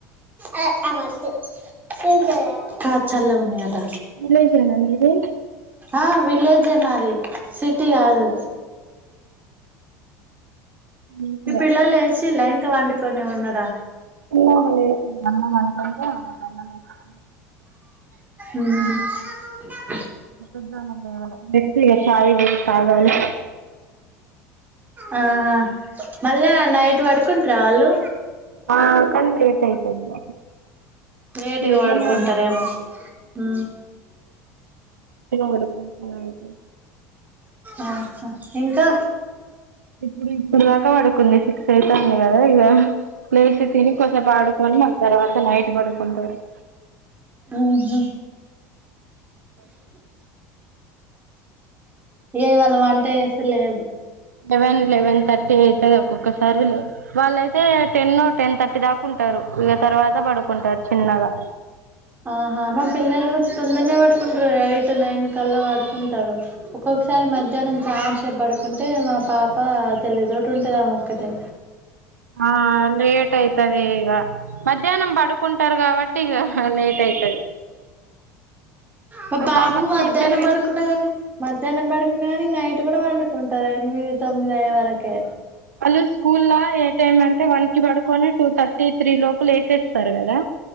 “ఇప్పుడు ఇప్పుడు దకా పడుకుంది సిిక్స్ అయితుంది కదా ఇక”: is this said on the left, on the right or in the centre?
Right